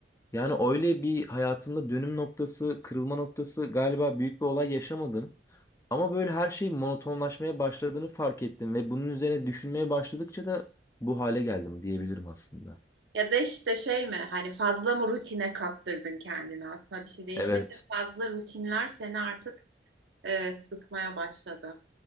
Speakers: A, on the left; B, on the right.
A: Yani öyle bir hayatımda dönüm noktası, kırılma noktası galiba büyük bir olay yaşamadım. Ama böyle her şey monotonlaşmaya başladığını fark ettim ve bunun üzerine düşünmeye başladıkça da bu hale geldim diyebilirim aslında.
B: Ya da işte şey mi? Hani fazla mı rutine kaptırdın kendini? Aslında bir şey değişmedi.
A: Evet,
B: de Fazla rutinler seni artık e, sıkmaya başladı.